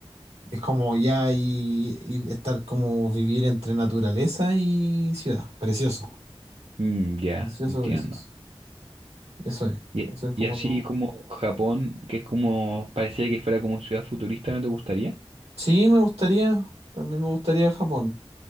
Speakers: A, on the right; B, on the right.
A: es como ya y, y estar como vivir entre naturaleza y ciudad. Precioso,
B: Mm, ya,
A: precioso,
B: entiendo.
A: precioso. Eso es,
B: Y,
A: eso es como
B: y así
A: lo...
B: como Japón, que es como, parecía que fuera como ciudad futurista, ¿no te gustaría?
A: Sí, me gustaría, también me gustaría Japón,